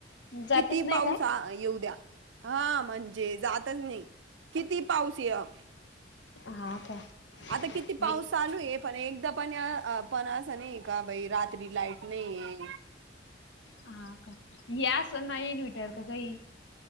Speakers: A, on the left (about 70°); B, on the right (about 80°).
A: जातच
B: किती
A: नाही
B: पाऊस
A: का
B: आ येऊ द्या, हा म्हणजे जातच नाही. किती पाऊस याव.
A: हा का.
B: आता किती
A: नाही
B: पाऊस. चालू आहे पण एकदा पण य, अ पण असं नाही का बाई रात्री लाईट नाही ये.
A: हा का, यास नाही येन विटर क काही.